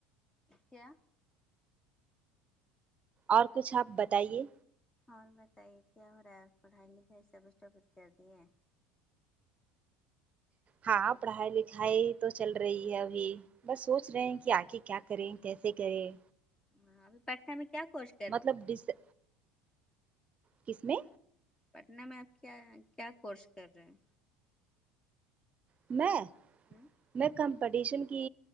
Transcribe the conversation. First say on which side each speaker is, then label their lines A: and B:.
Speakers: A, on the left (about 15°); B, on the right (about 35°).
A: کیا
B: اور کچھ آپ بتائیے
A: اور بتائیے کیا ہو رہا ہے پڑھائی لکھائی سبچ کچھ کر دی ہے
B: ہاں پڑھائی لکھائی تو چل رہی ہے ابھی بس سوچ رہے ہیں کہ آگے کیا کریں کیسے کریں
A: ہاں ابھی پڑرھا میں کیا کچ
B: مطلب ڈ س ا کس میں
A: پٹنا میں آپ کیا کیا کورس کر رہے ہیں
B: میں
A: ہوں
B: میں کمپٹیشن کی